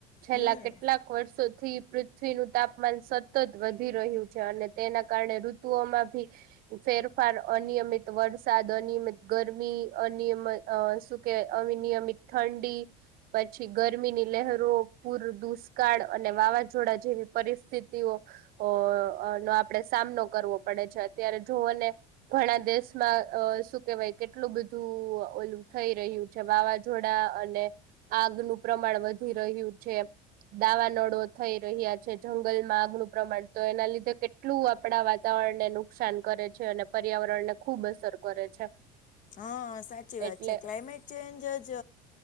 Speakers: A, on the right (about 55°); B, on the left (about 45°).
A: છેલ્લા
B: હમ
A: કેટલાક વર્ષો થી પૃથ્વીનું તાપમાન સતત વધી રહ્યું છે અને તેના કારણે ઋતુમાં ભી ફેરફાર અનિયમિત વરસાદ અનિયમિત ગરમી અનિયમિત અ શું કે અવિનિયમિત ઠંડી પછી ગરમીની લહેરો પૂર દૂષ દુષ્કાળ અને વાવાઝોડા જેવી પરિસ્થિતિઓ અ નો આપે સામનો કરવો પડે છે અત્યારે જોને ઘણા દેશમાં અ શું કેહેવાય કેટલું બધું ઓલું થઈ રહ્યું છે વાવાઝોડા અને આગનું પ્રમાણ વધી રહ્યું છે દાવાનળો થઈ રહ્યા છે જંગલમાં આગનું પ્રમાણ તો એના લીધે કેટલું આપણા વા વાતાવરણ ને નુકસાન કરે છે અને પર્યાવરણ ને ખુબ અસર કરે છે
B: હા સાચી વાત
A: એટલે
B: છે ક્લાયમેટ ચેન્જ જ